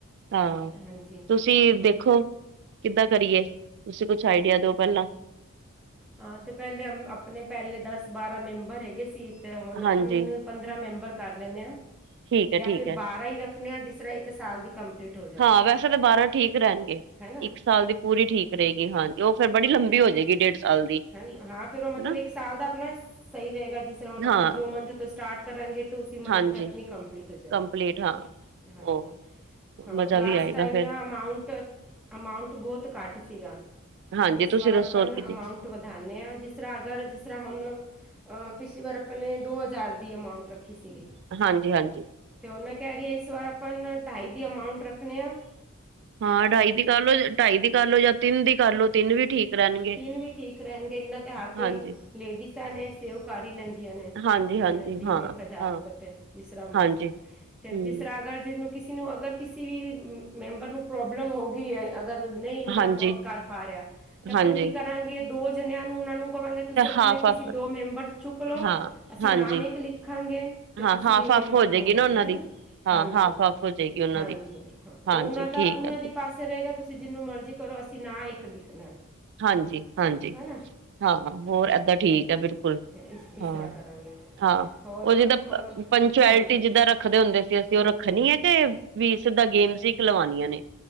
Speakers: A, on the right (about 55°); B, in the centre.
A: ਹਾਂ
B: ਹਾਂਜੀ
A: ਤੁਸੀਂ ਦੇਖੋ ਕਿੱਦਾਂ। ਕਰੀਏ ਤੁਸੀਂ ਕੁਝ ਆਈਡੀਆ ਦਿਓ ਪਹਿਲਾਂ।
B: ਹਾਂ ਤੇ ਪਹਿਲੇ ਆਪਣੇ ਪਹਿਲੇ ਦਸ ਬਾਰਾਂ ਮੈਂਬਰ ਹੈਗੇ ਸੀ। ਅਤੇ ਹੁਣ ਆਪਾਂ
A: ਹਾਂਜੀ
B: ਪੰਦਰਾਂ ਮੈਂਬਰ ਕਰ ਲੈਂਦੇ ਹਾਂ
A: ਠੀਕ ਹੈ
B: ਜਾਂ
A: ਠੀਕ
B: ਫਿਰ
A: ਹੈ
B: ਬਾਰਾਂ ਹੀ ਰੱਖ। ਰੱਖਦੇ ਹਾਂ ਜਿਸ ਤਰ੍ਹਾਂ ਇੱਕ ਸਾਲ ਦੀ। ਕੰਪਲੀਟ ਹੋ ਜਾਏ
A: ਹਾਂ ਵੈਸੇ ਤਾਂ ਬਾਰਾਂ ਠੀਕ ਰਹਿਣਗੇ।
B: ਹੈ ਨਾ
A: ਇੱਕ ਸਾਲ ਦੀ ਪੂਰੀ ਠੀਕ ਰਹੇਗੀ। ਹਾਂ ਉਹ ਫੇਰ ਬੜੀ ਲੰਬੀ ਹੋ ਜਾਏਗੀ ਡੇਢ। ਸਾਲ ਦੀ
B: ਹਨ ਹਾਂ ਫੇਰ ਉਹ ਮਤਲਬ
A: ਹਨਾ
B: ਇੱਕ ਸਾਲ ਦਾ ਆਪਣਾ ਸਹੀ ਰਹੇਗਾ ਜਿਸ ਤਰ੍ਹਾਂ ਹੁਣ ਆਪਾਂ
A: ਹਾਂ
B: ਜੋ ਮੰਥ ਤੋਂ। ਸਟਾਰਟ ਕਰਾਂਗੇ ਤਾਂ ਉਸੀ ਮੰਥ
A: ਹਾਂਜੀ
B: 'ਤੇ ਆਪਣੀ ਕੰਪਲੀਟ ਹੋ ਜਾਏਗੀ।
A: ਕੰਪਲੀਟ ਹਾਂ
B: ਹਾਂ
A: ਉਹ
B: ਜੀ। ਹੋਰ
A: ਮਜ਼ਾ
B: ਲਾਸਟ
A: ਵੀ ਆਏਗਾ
B: ਟਾਈਮ
A: ਫੇਰ
B: ਨਾ ਅਮਾਊਟ ਅਮਾਊਂਟ ਬਹੁਤ ਘੱਟ ਸੀਗਾ।
A: ਹਾਂਜੀ
B: ਇਸ
A: ਤੁਸੀਂ
B: ਵਾਰ ਆਪਾ
A: ਦੱਸੋ
B: ਨਾ
A: ਕਿੰਨੀ
B: ਐਮ। ਹੁਣ ਤੋਂ ਵਧਾਉਨੇ ਆ ਜਿਸ ਤਰ੍ਹਾਂ ਅਗਰ ਜਿਸ ਤਰ੍ਹਾਂ ਹੁਣ ਆ ਪਿਛਲੀ ਵਾਰ ਆਪਾਂ ਨੇ ਦੋ ਹਜ਼ਾਰ ਦੀ ਐਮਾਊਂਟ। ਸੀਗੀ
A: ਹਾਂਜੀ ਹਾਂਜੀ
B: ਤੇ ਉਹ ਮੈਂ ਕਹਿ ਰਹੀ ਇਸ ਵਾਰ ਆਪਾਂ ਨਾ ਢਾਈ। ਦੀ ਅਮਾਊਂਟ ਰੱਖਣੇ ਹਾਂ।
A: ਹਾਂ ਢਾਈ ਦੀ ਕਰ ਲ ਲੋ। ਢਾਈ ਦੀ ਕਰ ਲੋ ਜਾਂ ਤਿੰਨ ਦੀ ਕਰ ਲੋ ਤਿੰਨ ਵੀ ਠੀਕ ਰਹਿਣਗੇ।
B: ਤਿੰਨ ਵੀ ਠੀਕ ਰਹਿਣਗੇ। ਇੰਨਾ ਤੇ ਹਰ ਕੋਈ
A: ਹਾਂਜੀ
B: ਲੇਡੀਸਾਂ ਨੇ ਸੇਵ ਕਰ ਹੀ ਲੈਂਦੀਆਂ ਨੇ।
A: ਹਾਂਜੀ
B: ਤਿੰਨ
A: ਹਾਂਜੀ
B: ਤਿੰਨ
A: ਹਾਂ
B: ਇੱਕ ਹਜ਼ਾਰ
A: ਹਾਂ
B: ਰੁਪਏ ਤੇ ਜਿਸਰਾ ਮਰਜੀ
A: ਹਾਂਜੀ
B: ਤੇ
A: ਹੂੰ
B: ਜਿਸਰਾ ਅਗਰ ਜਿਹਨੂੰ। ਕਿਸੇ ਨੂੰ ਅਗਰ ਕਿਸੇ ਵੀ ਮੈਂਬਰ ਨੂੰ ਪ੍ਰੋਬਲਮ ਹੋ ਗਈ ਅਗਰ। ਨਹੀਂ ਇੰਨਾ
A: ਹਾਂਜੀ
B: ਅਫੋਰਡ ਕਰ ਪਾ ਰਿਹਾ ਤੇ ਆਪਾਂ
A: ਹਾਂਜੀ
B: ਕੀ ਕਰਾਂਗੇ ਦੋ ਜਣਿਆਂ ਨੂੰ ਉਹਨਾਂ ਨੂੰ। ਹੋਵਾਂਗੇ। ਤੁਸੀਂ ਆਪਣੇ
A: ਹਾਫ
B: ਕਿਸੀ
A: ਹਾਫ
B: ਦੋ ਮੈਂਬਰ ਚੁੱਕ ਲਓ।
A: ਹਾਂ
B: ਅਸੀਂ
A: ਹਾਂਜੀ
B: ਨਾਮ ਇੱਕ ਲਿਖਾਂਗੇ ਤੇ
A: ਹਾਂ
B: ਤੁਸੀਂ।
A: ਹਾਫ
B: ਮੈਂਬਰ
A: ਹਾਫ ਜਾਏਗੀ
B: ਦੋ ਹੋ
A: ਨਾ ਉਹਨਾਂ
B: ਜਾ ਹਨਾ।
A: ਦੀ
B: ਹਾਂ
A: ਹਾਫ
B: ਜੀ
A: ਹਾਫ ਹੋ ਜਾਏਗੀ ਉਹਨਾਂ
B: ਹਾਂ
A: ਦੀ
B: ਜੀ। ਉਹ
A: ਹਾਂਜੀ
B: ਦਾ
A: ਠੀਕ
B: ਉਹਨਾਂ
A: ਹੈ ਦੀਦੀ,
B: ਦੀ ਪਾਸੇ। ਦੱਸ ਰਹੇਗਾ। ਤੁਸੀਂ ਜਿਹਨੂੰ ਮਰਜ਼ੀ ਕਰੋ ਅਸੀਂ ਨਾ ਇੱਕ ਲਿਖਣਾ।
A: ਹਾਂ ਜੀ ਹਾਂ ਜੀ।
B: ਹੈ ਨਾ
A: ਹਾਂ ਹੋਰ ਏਦਾਂ ਠੀਕ ਹੈ ਬਿਲਕੁਲ।
B: ਤੇ ਇਸ ਇਸ
A: ਹਾਂ
B: ਤਰ੍ਹਾਂ ਕਰਾਂਗੇ।
A: ਹਾਂ ਉਹ
B: ਹੋਰ
A: ਜਿੱਦਾਂ
B: ਹੋਰ
A: ਪੰਚੁਐਲਿਟੀ
B: ਹਾਂਜੀ
A: ਜਿੱਦਾਂ ਰੱਖਦੇ ਹੁੰਦੇ ਸੀ ਅਸੀਂ ਉਹ ਰੱਖਣੀ ਹੈ ਕਿ ਵੀ ਸਿੱਧਾ ਗੇਮ ਖਲਵਾਨੀਆਂ ਨੇ।